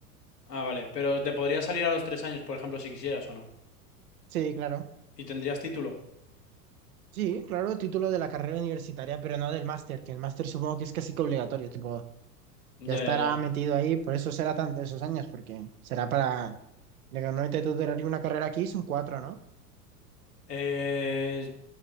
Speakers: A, on the left; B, on the right.
A: Ah, vale, pero te podría salir a los tres años, por ejemplo, si quisieras o no.
B: Sí, claro.
A: ¿Y tendrías título?
B: Sí, claro, título de la carrera universitaria, pero no del máster, que el máster supongo que es casi que obligatorio, tipo,
A: Ya,
B: ya estará
A: ya, ya.
B: metido ahí, por eso será tanto esos años, porque será para... Normalmente tú duraría una carrera aquí, son cuatro, ¿no?
A: Eh,